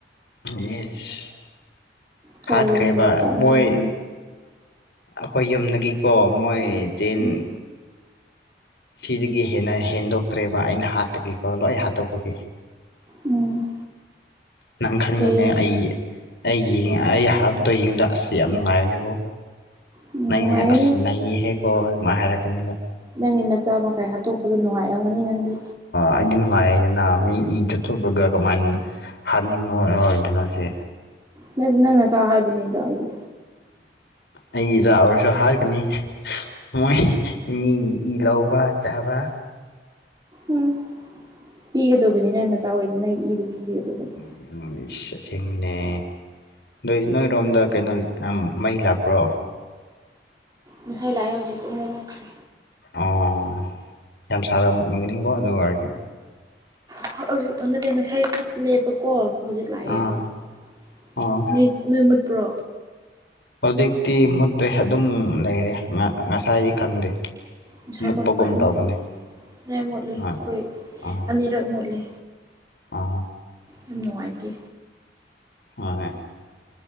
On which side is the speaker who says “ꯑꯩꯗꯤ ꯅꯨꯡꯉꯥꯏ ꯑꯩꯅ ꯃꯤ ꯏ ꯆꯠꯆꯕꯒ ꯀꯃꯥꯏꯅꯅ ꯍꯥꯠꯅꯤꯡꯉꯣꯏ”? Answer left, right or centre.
Left